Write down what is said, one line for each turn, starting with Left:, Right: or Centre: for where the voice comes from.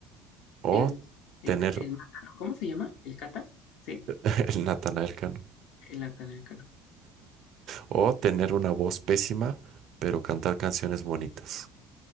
Right: o
Left: El, el,
Right: tener
Left: ca- el Mátano, ¿cómo se llama? ¿El Cata? Sí,
Right: <laughs> el Natanael Cano,
Left: el Cano.
Right: o tener una voz pésima, pero cantar canciones bonitas.